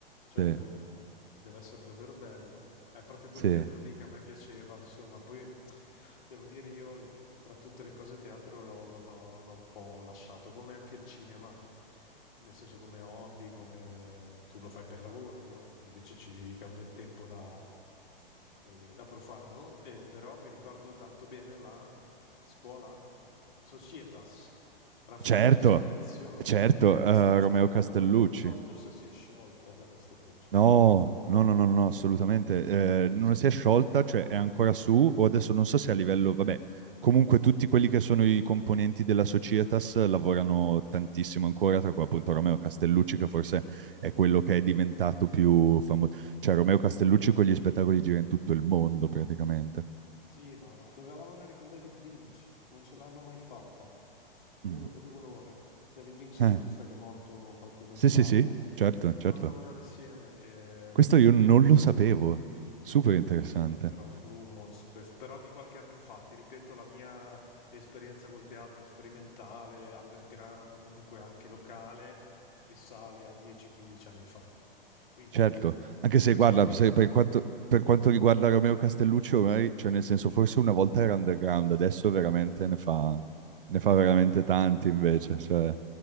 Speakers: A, on the left (about 55°); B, on the right (about 65°).
A: Cioè,
B: sì,
A: boh, mh, deve essere davvero bello. È proprio quel
B: sì.
A: teatro lì che a me piaceva, insomma, poi mh, devo dire io l- tra tutte le cose teatro l'ho l'ho- l'ho un po' lasciato, come anche il cinema. Nel senso come hobby, come tu lo fai per lavoro, io invece ci dedicavo del tempo da come dire, da profano, eh, però mi ricordo tanto bene la scuola Societas Raffaello
B: Certo,
A: Sanzio,
B: certo,
A: che è abbastanza
B: eh, Romeo
A: famosa
B: Castellucci.
A: e non so, forse si è sciolta la Castellucci,
B: No,
A: sì.
B: no, no, no, no, assolutamente. Eh,
A: Non
B: non
A: si è sciolta.
B: si è sciolta,
A: Ah.
B: cioè è ancora su, o adesso non so se a livello, vabbè, comunque tutti quelli che sono i componenti della Societas lavorano tantissimo ancora, tra cui appunto Romeo Castellucci, che forse è quello che è diventato più famoso. Cioè Romeo Castellucci con gli spettacoli gira in tutto il mondo praticamente.
A: Sì, no, no, doveva lavorare con David Lynch, non ce l'hanno mai fatta. Io
B: Mm.
A: non vedevo l'ora. David Lynch, il
B: Eh,
A: regista che è morto qualche mese
B: Sì,
A: fa.
B: sì, sì, certo,
A: Dovevano
B: certo.
A: lavorare assieme e
B: Questo io non
A: purtroppo
B: lo sapevo. Super interessante.
A: C'erano rumors, quest- però di qualche anno fa, ti ripeto, la mia esperienza col teatro sperimentale, underground, comunque anche locale, risale a 10-15 anni fa. Quindi
B: Certo, anche se
A: queste
B: guarda,
A: informazioni.
B: se per quanto, per quanto riguarda Romeo Castellucci, ormai, cioè nel senso, forse una volta era underground, adesso veramente ne fa, ne fa veramente tanti invece. Cioè,